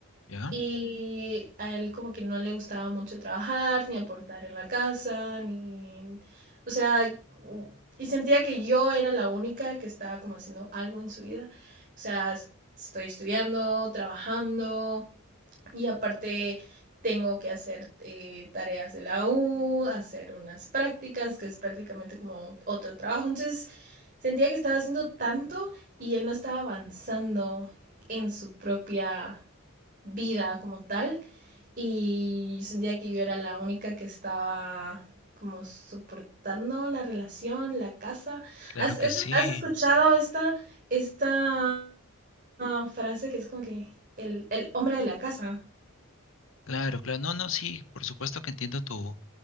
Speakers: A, on the left (about 60°); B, on the right (about 40°).
A: ¿Ya?
B: Y a él como que no le gustaba mucho trabajar, ni aportar en la casa, ni... O sea, y sentía que yo era la única que estaba como haciendo algo en su vida. O sea, es- estoy estudiando, trabajando y aparte tengo que hacer eh, tareas de la U, hacer unas prácticas, que es prácticamente como otro trabajo. Entonces sentía que estaba haciendo tanto y él no estaba avanzando en su propia vida como tal y sentía que yo era la única que estaba como soportando la relación, la casa.
A: Claro
B: ¿Has,
A: que
B: has-
A: sí.
B: has escuchado esta, esta ah, frase que es como que el, el hombre de la casa?
A: Claro, claro. No, no, sí, por supuesto que entiendo tu,